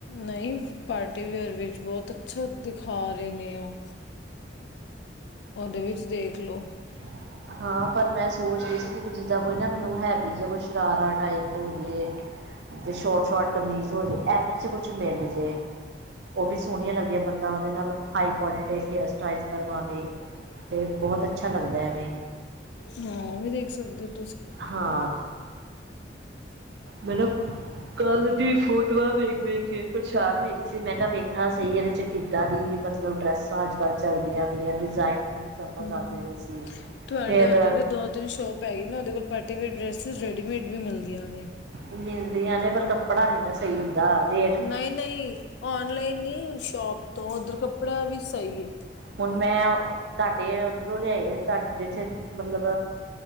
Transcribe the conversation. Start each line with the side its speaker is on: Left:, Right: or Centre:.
Left: ਨਹੀਂ, ਪਾਰਟੀ ਵੇਅਰ ਵਿੱਚ ਬਹੁਤ ਅੱਛਾ ਦਿਖਾ ਰਹੇ ਨੇ ਉਹ। ਉਹਦੇ ਵਿੱਚ ਦੇਖ ਲੋ।
Right: <inaudible> ਹਾਂ, ਪਰ ਮੈਂ ਸੋਚ ਰਹੀ ਸੀ ਕਿ ਜਿੱਦਾਂ ਕੋਈ ਨਾ ਮੈਨੂੰ ਹੈਵੀ ਜਿਹਾ, ਕੋਈ ਸ਼ਰਾਰਾ ਟਾਈਪ ਹੋਜੇ। ਤੇ ਸ਼ੋਟ-ਸ਼ੋਟ ਕਮੀਜ਼ ਹੋਜੇ। ਐਵੇਂ 'ਚ ਕੁਛ ਮਿਲ ਜੇ। ਉਹ ਵੀ ਸੋਹਨੀਆਂ ਲੱਗਦੀਆਂ। ਬੰਦਾ ਉਹਦੇ ਨਾਲ ਹਾਈ ਪੋਨੀਟੇਜ ਹੇਅਰ ਸਟਾਈਸ ਕਰਵਾਵੇ। ਫੇਰ, ਬਹੁਤ ਅੱਛਾ ਲੱਗਦਾ ਐਵੇ।
Left: ਹਾਂ, ਉਹ ਵੀ ਦੇਖ ਸਕਦੇ ਓ।
Right: ਹਾਂ ਤੇ, ਮੈਨੂੰ ਕੱਲ੍ਹ ਦੀ ਫੋਟੋਆਂ ਵੇਖ-ਵੇਖ ਕੇ ਪਰੇਸ਼ਾਨ ਹੋਈ ਦੀ ਸੀ। ਮੈਂ ਕਿਹਾ ਵੇਖਾ ਸ‌ਈ, ਇਹਦੇ 'ਚ ਕਿੱਦਾਂ ਦੀ ਮਤ ਮਤਲਬ, ਡਰੈੱਸਾਂ ਅਜ-ਕੱਲ੍ਹ ਚੱਲਦੀਆਂ ਪਈਆਂ। ਡਿਜ਼ਾਇਨ ਨਹੀਂ ਸਮਝ
Left: ਹੁੰ,
Right: ਆਉਂਦੇ ਪਏ ਸੀ
Left: ਤੁਹਾਡੇ
Right: ਫਿਰ
Left: ਉੱਧਰ ਦੇ ਦੋ-ਤਿੰਨ ਸ਼ੋਪ ਭਾਈ ਨਾ, ਉਦੇ ਕੋਲ ਪਾਰਟੀਵੇਅਰ ਡਰੈਸਿਸ ਰੈਡੀਮੇਡ ਵੀ ਮਿਲਦਿਆਂ ਨੇ।
Right: ਮਿਲਦੀਆਂ ਨੇ ਪਰ, ਕੱਪੜਾ ਨੀ ਨਾ ਸਹੀ ਹੁੰਦਾ ਦਾ ਦੇ
Left: ਨ‌ਈਂ-ਨ‌ਈਂ, ਔਨਲਾਈਨ ਨੀ ਸ਼ੋਪ ਤੋਂ। ਓਧਰ ਕੱਪੜਾ ਵੀ ਸਹੀ ਏ।
Right: ਹੁਣ ਮੈਂ ਤੁਹਾਡੇ ਉੱਧਰੋਂ ਲਿਆਏ। ਤੁਹਾਡੇ ਜਿੱਥੇ ਮਲਬ,